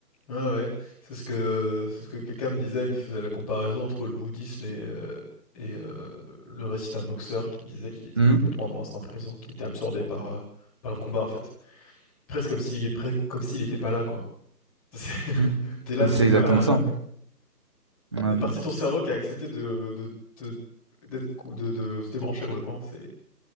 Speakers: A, in the centre; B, on the right (about 15°).
A: Ah ouais, c'est ce que, c'est ce que quelqu'un me disait, il me faisait la comparaison entre le bouddhisme et, euh, et euh, le récit d'un boxeur qui disait qu'il était
B: Hum,
A: complètement dans l'instant présent, qu'il était absorbé par, euh, par le combat, en fait. Presque comme s'il, presque comme s'il était pas là, quoi. <laughs> C'est-
B: hum.
A: T'es là, mais
B: C'est
A: t'es
B: exactement
A: pas là.
B: ça. hein. Mmh.
A: une partie de ton cerveau qui a accepté de, de, de, d'être, cou- de, de se débrancher complètement. C'est,